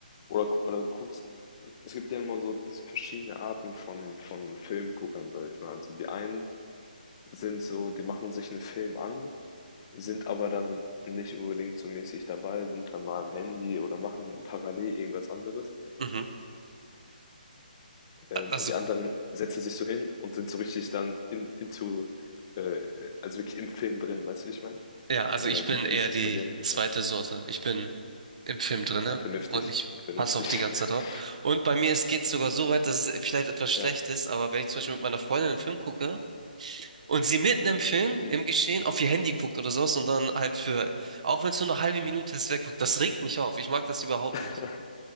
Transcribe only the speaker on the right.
mhm,
also
ja, also
ich bin
eher
die
zweite
Sorte. Ich bin im Film drinne
und ich
passe auch die ganze Zeit drauf.
Und bei mir geht es sogar so weit, dass es vielleicht etwas schlecht
ist, aber wenn ich zum Beispiel mit meiner Freundin einen Film gucke und sie mitten im Film,
im Geschehen, auf ihr Handy guckt oder sowas und dann halt für, auch wenn es nur eine halbe Minute ist, wegguckt, das regt mich auf. Ich mag das überhaupt
nicht.